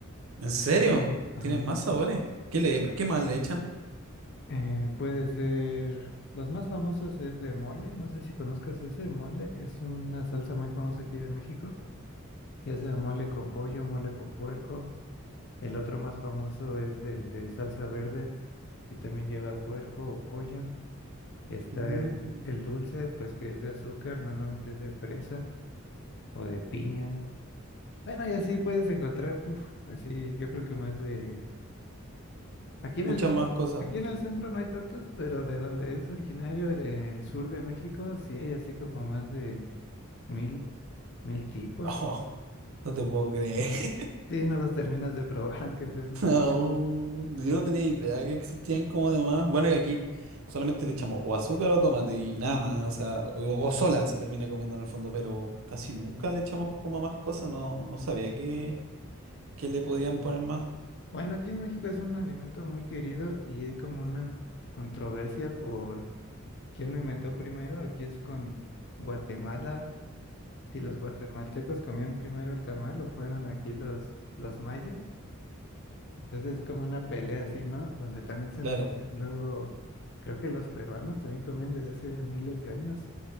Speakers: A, on the right; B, on the left.
A: ¿En serio?
B: Ajá.
A: ¿Tienen más sabores? ¿Qué le, qué más le echan?
B: Eh, puede ser, los más famosos es de mole, no sé si conozcas ese mole, es una salsa muy famosa aquí de México, ya sea mole con pollo, mole con puerco. El otro más famoso es el de salsa verde, que también lleva puerco o pollo. Está
A: Mm,
B: el, el dulce, pues que es de azúcar, normalmente es de fresa o de piña. Bueno, y así puedes encontrar, puf, así yo creo que más de... Aquí en
A: Muchas
B: el centro,
A: más cosas.
B: aquí
A: <laughs>
B: en el centro no hay tantos, pero de donde es originario, del sur de México, sí hay así como más de mil, mil tipos.
A: Oh, no te puedo creer.
B: Sí, no los terminas de probar <laughs> aunque seas mexicano.
A: Oh, yo no tenía idea que existían como demás. Bueno, y aquí solamente le echamos o azúcar o tomate y nada más, o sea, o, o sola se termina comiendo en el fondo, pero casi nunca le echamos como más cosas, no, no sabía que, que le podían
B: Sí.
A: poner más.
B: Bueno, aquí en México es un alimento muy querido y hay como una controversia por quién lo inventó primero. Aquí es con Guatemala, si los guatemaltecos comían primero el tamal o fueron aquí los, los mayas. Entonces es como una pelea así, ¿no? Donde también se
A: Claro.
B: meten luego, creo que los peruanos también comían desde hace miles de años,